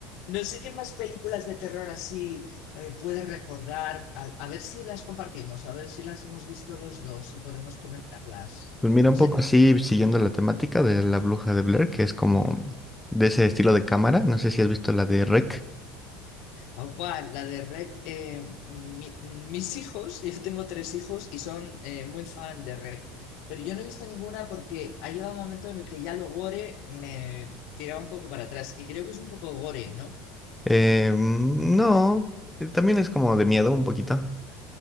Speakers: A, on the left; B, in the centre.
A: no sé qué más películas de terror así eh, puedes recordar. A, a ver si las compartimos, a ver si las hemos visto los dos, si podemos comentarlas.
B: Pues mira, un
A: Se-
B: poco así, siguiendo la temática de La Bruja de Blair, que es como de ese estilo de cámara. No sé si has visto la de REC.
A: Ah, buah, la de Rec, eh, mi- mis hijos, <laughs> yo tengo tres hijos y son eh, muy fan de Rec, pero yo no he visto ninguna porque ha llegado un momento en el que ya lo gore me tiraba un poco para atrás y creo que es un poco gore, ¿no?
B: Eh, no, eh, también es como de miedo un poquito.